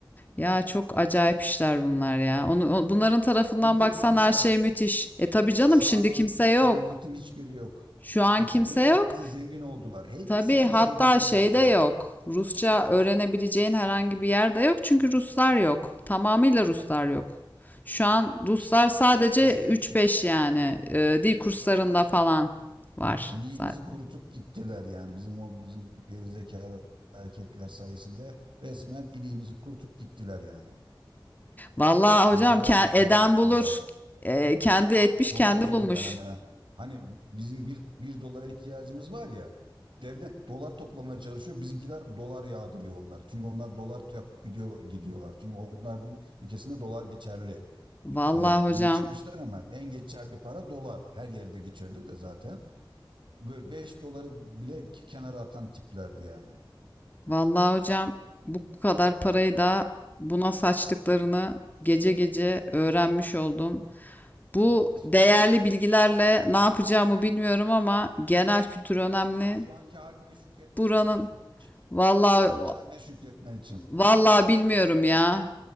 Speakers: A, on the left; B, on the right.
A: Ya çok acayip işler bunlar ya. Onu, o- bunların tarafından
B: şimdi
A: baksan
B: gitmişler
A: her şey müthiş. E tabii
B: Şu
A: canım şimdi
B: an
A: kimse
B: git
A: yok.
B: şu an gittim hiçbiri yok.
A: Şu an
B: Hiçbiri
A: kimse
B: yok.
A: yok.
B: Hepsi zengin oldular. Hepsi
A: Tabii
B: köşeyi
A: hatta
B: döndü
A: şey
B: gittiler.
A: de yok. Rusça öğrenebileceğin herhangi bir yer de yok çünkü Ruslar yok. Tamamıyla Ruslar yok. Şu an
B: Ya
A: Ruslar
B: işte bizim
A: sadece
B: bizim
A: 3-5
B: İ-
A: yani e, dil
B: Ruslar
A: kurslarında
B: geldi.
A: falan var.
B: İliğimizi
A: Zaten.
B: kurutup gittiler yani bizim o bizim gerizekalı erkekler sayesinde resmen iliğimizi kurutup gittiler yani.
A: Vallahi
B: Yani
A: hocam
B: dolar
A: ke-
B: üzerinden.
A: eden bulur. E, kendi etmiş
B: Dolar
A: kendi
B: üzerinden
A: bulmuş.
B: hani hani bizim bir, bir dolara ihtiyacımız var ya devlet dolar toplamaya çalışıyor. Bizimkiler dolar yağdırıyor onları Çünkü onlar dolar yapıp gidiyor, gidiyorlar. Çünkü onların ülkesinde dolar geçerli.
A: Vallahi
B: Hani
A: hocam,
B: yeni çıkmışlar ama en geçerli para dolar. Her yerde geçerli de zaten. Böyle 5 doları bile k- kenara atan tiplerdi yani.
A: vallahi hocam bu kadar parayı da buna saçtıklarını gece gece öğrenmiş oldum. Bu
B: Evet.
A: değerli bilgilerle ne yapacağımı bilmiyorum ama genel kültür önemli.
B: Yani şu anki haline şükretmen
A: Buranın
B: için anlatmıştım.
A: vallahi
B: Şu anki haline şükretmen için.
A: vallahi bilmiyorum ya.